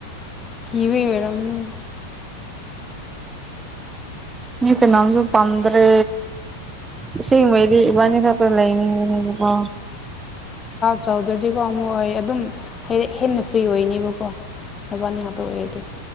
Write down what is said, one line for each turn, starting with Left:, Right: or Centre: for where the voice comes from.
Left: ꯀꯤꯕꯩ ꯑꯣꯏꯔꯝꯅꯤ
Right: ꯃꯤ ꯀꯥꯅꯥꯝꯇ ꯄꯥꯝꯗ꯭ꯔꯦ ꯑꯁꯦꯡꯕꯩꯗꯤ ꯏꯕꯥꯅꯤꯈꯛꯇ ꯂꯩꯃꯤꯟꯅꯅꯤꯡꯕꯅꯤ ꯀꯣ
Left: ꯆꯥꯎꯗ꯭ꯔꯗꯤꯀꯣ ꯑꯃꯨꯛ ꯑꯣꯏꯌꯦ ꯑꯗꯨꯝ ꯍꯥꯏꯗꯤ ꯍꯦꯟꯅ ꯐ꯭ꯔꯤ ꯑꯣꯏꯅꯦꯕꯀꯣ ꯅꯕꯥꯅꯤ ꯉꯥꯛꯇ ꯑꯣꯏꯗꯤ